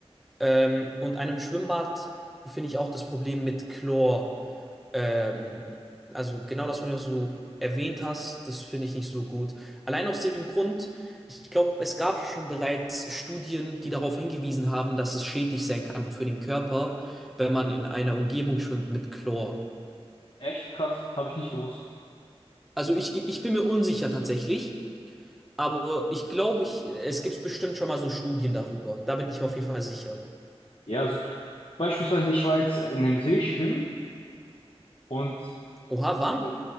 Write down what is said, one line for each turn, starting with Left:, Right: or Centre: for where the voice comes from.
Centre: Ähm, und einem Schwimmbad finde ich auch das Problem mit Chlor. Ähm, also genau das, was du so erwähnt hast, das finde ich nicht so gut. Allein aus dem Grund, ich glaube, es gab schon bereits Studien, die darauf hingewiesen haben, dass es schädlich sein kann für den Körper, wenn man in einer Umgebung schwimmt mit Chlor.
Left: Echt krass, habe ich nicht gewusst.
Centre: Also ich, ich bin mir unsicher tatsächlich, aber ich glaube, ich, es gibt bestimmt schon mal so Studien darüber. Da bin ich mir auf jeden Fall sicher.
Left: Ja, so beispielsweise ich war jetzt in dem See schwimmen und
Centre: Oha, wann?
Left: äh,